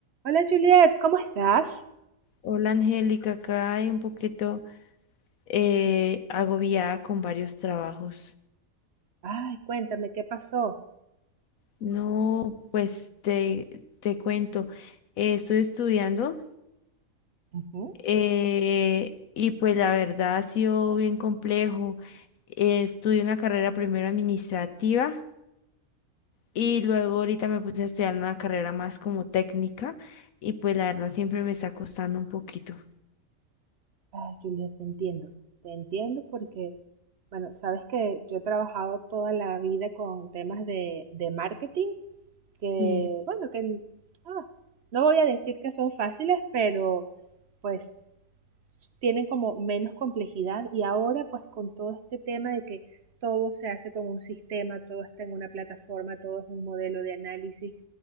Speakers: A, on the right (about 55°); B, on the left (about 80°).
A: Hola Juliet, ¿cómo estás?
B: Hola Angélica, acá hay un poquito eh, agobiada con varios trabajos.
A: Ay, cuéntame, ¿qué pasó?
B: No, pues te, te cuento, eh, estoy estudiando
A: Ujú.
B: eh, y pues la verdad ha sido bien complejo. Eh, estudié una carrera primero administrativa y luego ahorita me puse a estudiar una carrera más como técnica y pues la verdad siempre me está costando un poquito.
A: Ay, Juliet, te entiendo. Te entiendo porque, bueno, sabes que yo he trabajado toda la vida con temas de, de marketing, que,
B: Sí.
A: bueno, que ah, no voy a decir que son fáciles, pero pues tienen como menos complejidad y ahora pues con todo este tema de que todo se hace con un sistema, todo está en una plataforma, todo es un modelo de análisis,